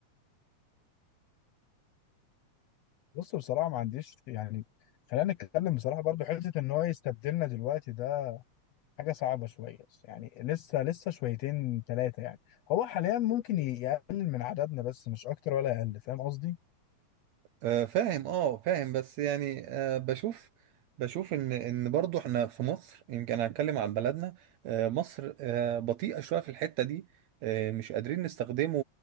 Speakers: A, on the left; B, on the right.
A: بص بصراحة ما عنديش يعني خلينا نتكلم بصراحة برضو حتة ان هو يستبدلنا دلوقتي ده حاجة صعبة شوية يعني لسه لسه شويتين ثلاثة يعني هو حاليا ممكن ي- يقلل من عددنا بس مش اكتر ولا اقل فاهم قصدي
B: آه، فاهم اه فاهم بس يعني آه، بشوف بشوف ان ان برضو احنا في مصر يمكن هنتكلم عن بلدنا آه، مصر آه، بطيئة شوية في الحتة دي آه، مش قادرين نستخدمه